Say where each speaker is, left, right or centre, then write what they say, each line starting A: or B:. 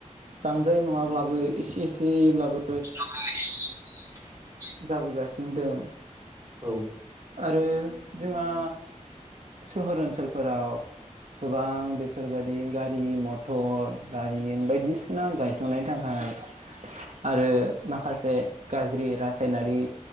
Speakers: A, on the right; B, on the right.
A: बांद्राय नङाब्लाबो एसे एसेब्लाबो
B: <unintelligible> <inaudible>
A: जाबोगासिनो दं
B: औ
A: आरो जोंहा सोहोर ओनसोल फोराव गोबां बेफोरबायदि गारि म थ' दारिमिन बायदिसिना गायसंनाय थाखाय आरो माखासे गाज्रि रासायनारि